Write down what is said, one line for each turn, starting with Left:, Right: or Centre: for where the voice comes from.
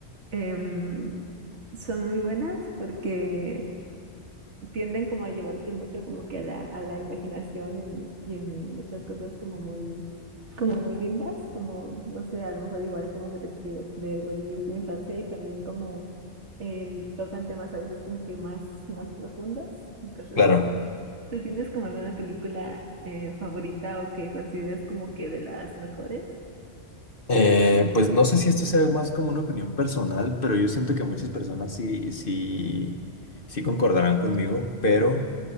Right: em, son muy buenas porque tienden como a llevarte mucho como que a la, a la imaginación y en, y en muchas cosas como muy, como muy lindas, como, no sé, a lo mejor igual como que, te- que de revivir tu infancia y también como em, tocan temas a veces como que más, más profundos y cosas
Left: claro.
Right: así. ¿Tú tienes como alguna película eh, favorita o que consideres como que de las mejores?
Left: Eh, pues no sé si esto sea más como una opinión personal, pero yo siento que muchas personas sí, sí, sí concordarán conmigo, pero